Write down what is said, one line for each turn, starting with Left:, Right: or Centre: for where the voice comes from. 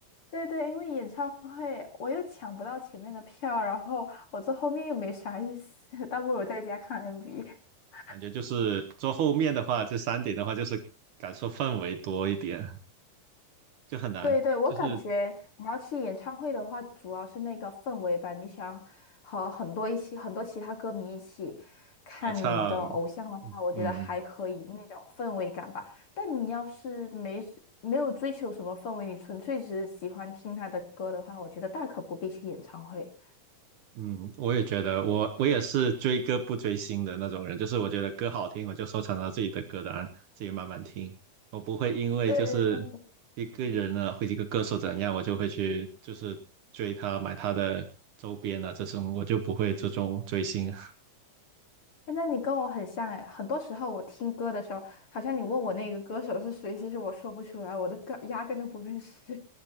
Left: 对对，因为演唱会我又抢不到前面的票，然后我坐后面又没啥意思，<laughs> 倒不如在家看 MV。<laughs>
Right: 感觉就是坐后面的话，这三点的话就是感受氛围多一点，就很难，
Left: 对对，我感觉你要去演唱会的话，
Right: 就是
Left: 主要是那个氛围吧。你想和很多一起，很多其他歌迷一起看你的偶像的话，
Right: 合唱，
Left: 我觉得还可以那种氛围感吧。
Right: 嗯，
Left: 但你要是没事没有追求什么氛围，你纯粹只是喜欢听他的歌的话，我觉得大可不必去演唱会。
Right: 嗯，我也觉得我，我也是追歌不追星的那种人，就是我觉得歌好听，我就收藏到自己的歌单，自己慢慢听。我不会因为就是
Left: 对对对，
Right: 一个人呢，或者一个歌手怎样，我就会去就是追他，买他的周边啊，这种我就不会这种追星啊。
Left: 诶那你跟我很像哎，很多时候我听歌的时候，好像你问我那个歌手是谁，其实我说不出来，我的歌压根都不认识。